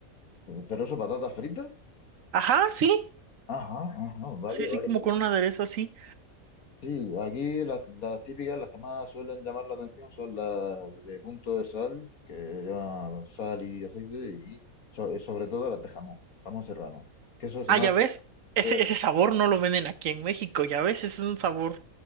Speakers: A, on the left; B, on the right.
A: pero eso, patatas fritas.
B: Ajá, sí.
A: Ajá, ajá, vale,
B: Sí, sí,
A: vale,
B: como con un aderezo así.
A: Sí, aquí las, las típicas, las que más suelen llamar la atención son las de punto de sal, que llevan sal y aceite, y so- y sobre todo las de jamón, jamón serrano. Que eso, si
B: Ah,
A: no
B: ya
A: las
B: ves, ese,
A: pruebas,
B: ese sabor no lo venden aquí en México, ya ves, es un sabor